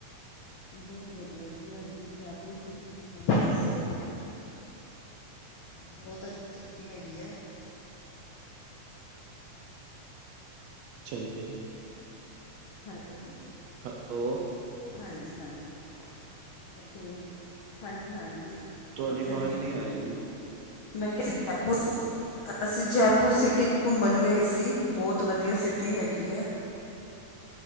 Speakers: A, on the left; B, on the right.
A: ਬੋਤ ਵਧੀਆ ਜੀ। ਅਸੀ ਜੈਪੁਰ ਸਿਟੀ ਘੁੰਮਣ ਗਏ ਸੀ। ਬੋਤ ਅੱਛੀ ਸਿਟੀ ਹੈਗੀ ਐ।
B: ਅੱਛਾ ਜੀ।
A: ਹੈਲ ਓ।
B: ਹੈਲੋ।
A: ਹਾਂਜੀ-ਹਾਂਜੀ। ਓਥੇ ਹਾਂਜੀ-ਹਾਂਜੀ।
B: ਤੁਹਾਡੀ
A: ਓਥੇ
B: ਆਵਾਜ਼
A: ਦੀ
B: ਨਹੀਂ ਆ ਰਹੀ ਜੀ
A: ਮੈਂ ਕਿਆ ਜੈਪੁਰ ਸੀ। ਅਸੀਂ ਜੈਪੁਰ ਸਿਟੀ <unintelligible> ਘੁੰਮਣ ਗਏ ਸੀ। ਬੋਤ ਵਧੀਆ ਸਿਟੀ ਹੈਗੀ ਐ।